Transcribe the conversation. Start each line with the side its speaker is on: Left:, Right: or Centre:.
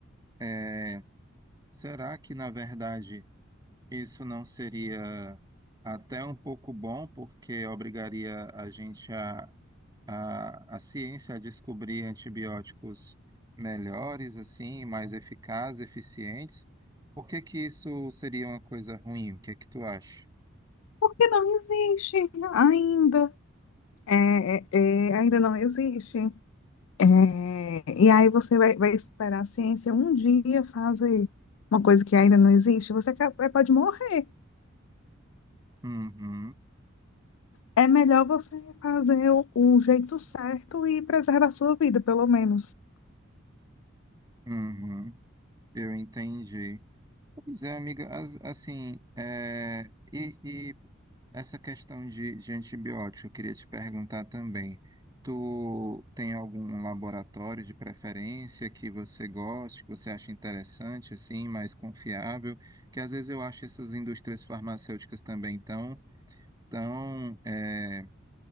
Right: é, será que na verdade Isso não seria até um pouco bom, porque obrigaria a gente a, a, a ciência a descobrir antibióticos melhores, assim, mais eficazes, eficientes. Por que que isso seria uma coisa ruim? O que é que tu acha?
Left: Porque não existe ainda. É, é, é, ainda não existe. É, e aí você vai, vai esperar a ciência um dia fazer uma coisa que ainda não existe, você acaba- pode morrer.
Right: Uhum,
Left: É melhor você fazer o, o jeito certo e preservar a sua vida, pelo menos.
Right: uhum, eu entendi. Pois é, amiga, as- assim, é, e, e essa questão de, de antibiótico, eu queria te perguntar também. Tu tem algum laboratório de preferência que você goste, que você acha interessante, assim, mais confiável? Que às vezes eu acho essas indústrias farmacêuticas também tão, tão, é,